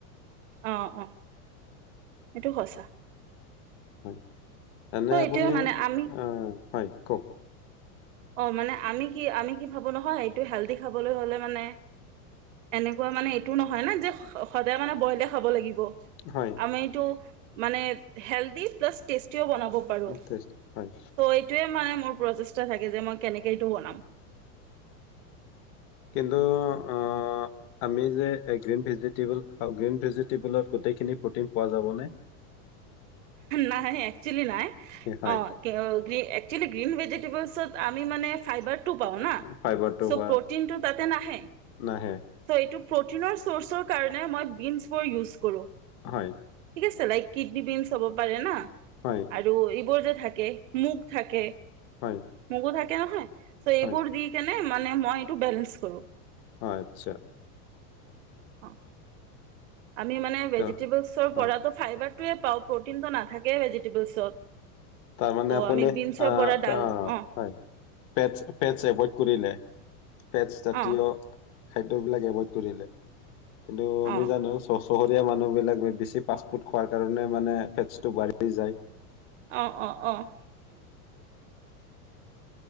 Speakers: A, on the right; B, on the left.
A: অ অহ সেইটো সঁচা।
B: হয় এনে
A: চ' এইটোৱে
B: আপুনি
A: মানে আমি
B: আ, হয় কওক
A: অ, মানে আমি কি আমি কি ভাবো নহয় এইটো হেলদি খাবলৈ হলে মানে এনেকুৱা মানে এইটো নহয় না যে সদায় মানে বইলে খাব লাগিব।
B: হয়
A: আমি এইটো মানে হেলদি প্লাচ টেষ্ট টি ও বনাব পাৰো,
B: টেষ্টি হয়
A: সো এইটোৱে মানে মোৰ প্ৰচেষ্টা থাক এ, যে মই কেনেকে এইটো বনাম?
B: কিন্তু অ, আমি যে গ্ৰীনভেজিটেবল খাওঁ গ্ৰীনভেজিটেবলত গোটেই খিনি প্ৰ'টিন পোৱা যাব নে?
A: নাই একচুৱেলী নাই
B: হয়
A: অ, কে, অ, একচুৱেলী গ্ৰীন ভেজিটেবুল্স পিছত আমি মানে ফাইবাৰ টো পাওঁ না
B: ফাইবাৰটো
A: ছ,
B: বা
A: প্ৰ'টিনটো তাতে নাহে। ছ,
B: নাহে
A: এইটো প্ৰ'টিনৰ চ'ৰ্চৰ কাৰণে মই বিঞ্চবোৰ ইউজ কৰো।
B: হয়।
A: ছে, লাইক কিডনী বিঞ্চ হব পাৰে না।
B: হয়
A: আৰু এইবোৰ যে থাকে মুগ থাকে
B: হয়
A: মগু থাক কে নহয় ছ, এইবোৰ
B: হয়
A: দি কেনে ম মানে মই এইটো বেলেঞ্চ কৰো।
B: হয়, আচ্ছা।
A: অ', আমি মানে ভেজিটেবেলছৰ
B: ত হয়
A: পৰাটো ফাইবাৰ টোৱে পাওঁ। প্ৰ'টিনটো নাথাকে ভেজিটেবুলছ। ত'
B: তাৰ মানে আপুনি
A: আমি
B: আ,
A: বিনছৰ
B: আ,
A: পৰা ডাল অ
B: হয় ফেটছ, ফেটছ এভইড কৰিলে? ফেটছ জাতীয়
A: অ
B: খাদ্যবিলাক এভইড কৰিলে। কিন্তু আমি
A: অ
B: জানো চ চহৰীয়া মানুহবিলাক বেছি পাষ্টফুড খোৱাৰ কাৰণে মানে ফেটষ্টো বাঢ়ি যায়।
A: অ', অ', অ'।